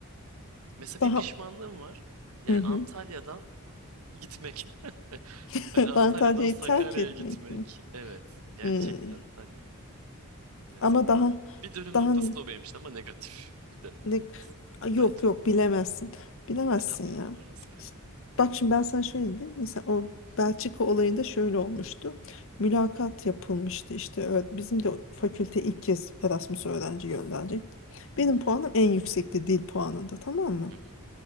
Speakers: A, on the right (about 80°); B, on the left (about 60°).
A: Mesela
B: Daha
A: bir pişmanlığım var. Yani
B: hı hı.
A: Antalya'dan gitmek. <laughs>
B: <laughs>
A: Hani Antalya'dan
B: Antalya'yı
A: Sakarya'ya
B: terk etmek
A: gitmek.
B: mi?
A: Evet. Gerçekten
B: Hı.
A: hani Mesela
B: Ama daha
A: bir dönüm
B: daha
A: noktası da o benim için ama negatif bir dönüm
B: Ne-
A: noktası
B: Yok
A: bence.
B: yok bilemezsin. Bilemezsin
A: E tabii yani
B: ya.
A: orası öyle.
B: Bak şimdi ben sana şöyle diyeyim. Mesela o
A: Hı hı,
B: Belçika olayında şöyle olmuştu. Mülakat yapılmıştı işte. Evet, bizim de fakülte ilk kez Erasmus öğrenci gönderecekti. Benim
A: hı hı,
B: puanım en yüksekti dil puanında tamam mı?
A: hı hı,